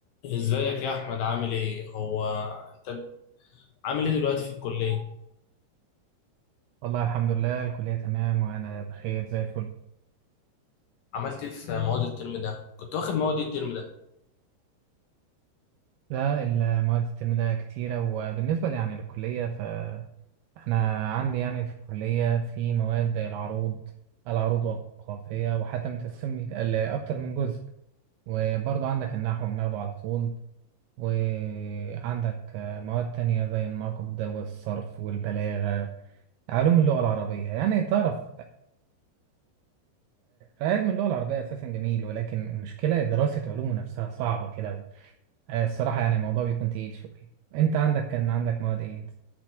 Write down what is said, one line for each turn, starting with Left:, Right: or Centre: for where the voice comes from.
Left: ازيك يا احمد عامل ايه هو انت عامل ايه دلوقتي في الكليه
Right: والله الحمد لله الكلية تمام وأنا بخير زي الفل
Left: عملت ايه في مواد الترم ده كنت واخد مواد إيه الترم ده
Right: لا المواد الترم ده كتيرة وبالنسبة لي يعني للكلية فأنا عندي يعني في الكلية في مواد زي العروض العروض والجغرافية وحتى متقسم لأكتر من جزء وبرضه عندك النحو بناخده على طول وعندك مواد تانية زي النقد والصرف والبلاغة علوم اللغة العربية يعني تعرف علم اللغة العربية أساسا جميل ولكن المشكلة دراسة علومه نفسها صعبة كده آه، الصراحة يعني الموضوع بيكون تقيل شوية انت عندك كان عندك مواد ايه انت؟